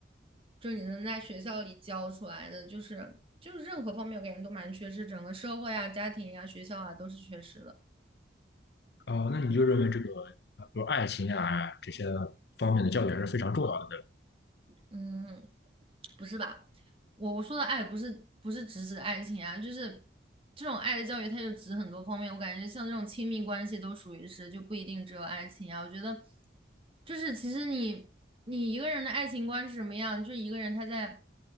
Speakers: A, on the right (about 30°); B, on the left (about 60°).
A: 就是你能在学校里教出来的，就是就是任何方面我感觉都蛮缺失，整个社会啊、家庭呀、学校啊都是缺失的。
B: 哦，那你就认为这个，呃比如爱情啊这些方面的教育还是非常重要的，对吧？
A: 嗯，不是吧？我我说的爱不是不是只指爱情啊，就是这种爱的教育，它就指很多方面。我感觉像这种亲密关系都属于是，就不一定只有爱情啊。我觉得就是其实你你一个人的爱情观是什么样，就是一个人他在